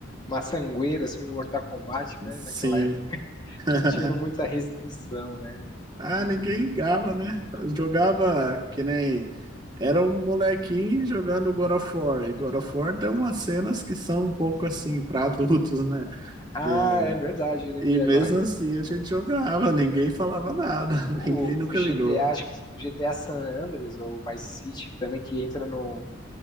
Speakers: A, on the left; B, on the right.
A: Uma sangueira, assim, no Mortal Kombat, né?
B: Sim.
A: Naquela época
B: <laughs>
A: não tinha muita restrição, né?
B: Ah,
A: Muito
B: ninguém
A: bom.
B: ligava, né? Eu Jogava que nem. Era um molequinho jogando God of War. E God of War tem umas cenas que são um pouco assim, para adultos, né?
A: Ah,
B: É,
A: é verdade, eu lembrei
B: E mesmo
A: agora.
B: assim a gente jogava, <laughs> ninguém falava nada, <laughs>
A: O,
B: ninguém nunca
A: o GTA,
B: ligou.
A: acho que GTA San Andreas ou Vice City, que também que entra num,